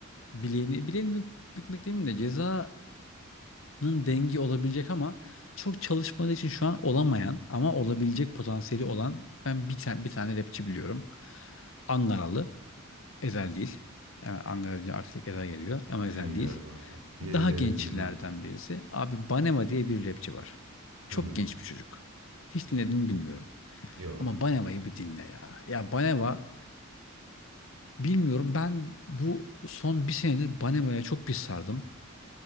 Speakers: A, on the left; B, on the right.
A: bileğini, bileğini bük- bükmek demeyeyim de Ceza'nın dengi olabilecek ama çok çalışmadığı için şu an olamayan ama olabilecek potansiyeli olan ben bir tane bir tane rapçi biliyorum. Angaralı. Ezel değil. Yani Ankara deyince artık Ezel geliyor ama Ezel
B: Bilmiyorum
A: değil.
B: abi. Yenileri
A: Daha gençlerden
B: bilmem.
A: birisi. Abi Banema diye bir rapçi var. Çok
B: Hmm,
A: genç bir çocuk. Hiç dinledim mi bilmiyorum.
B: yok.
A: Ama Baneva'yı bir dinle ya. Ya Baneva bilmiyorum ben bu son bir senedir Baneva'ya çok bir sardım.